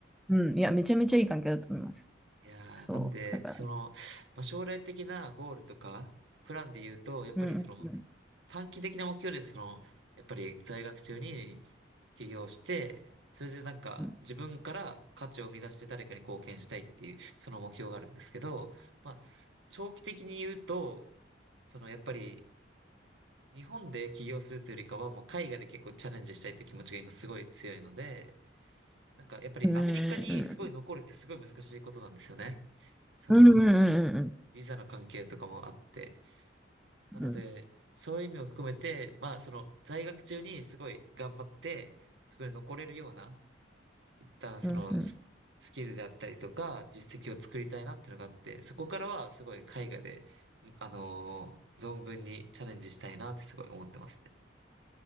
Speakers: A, in the centre; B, on the right.
A: うんいやめちゃめちゃいい環境だと思います
B: いやー、
A: そうだから
B: なんで、その、まあ、将来的なゴールとか、プランで言うと、やっぱりその、
A: うんうん
B: 短期的な目標です。その、やっぱり在学中に起業して、それでなんか自分から価値を生み出して誰かに貢献したいっていう、
A: うん
B: その目標があるんですけど、まあ、長期的に言うと、そのやっぱり日本で起業するというよりかはもう海外で結構チャレンジしたいという気持ちが今すごい強いので、なんかやっぱりアメリカにすごい残るってすごい難しいことなんですよね。
A: うん
B: その、
A: うんうんうん
B: ビザの関係とかもあって。
A: うんうんうん
B: なので、そういう意味を含めて、まあ、その、在学中にすごい頑張って、そこに残れるような、一旦そのス、
A: うんうんうん
B: スキルであったりとか、実績を作りたいなっていうのがあって、そこからはすごい絵画で、んあのー存分にチャレンジしたいなってすごい思ってますね。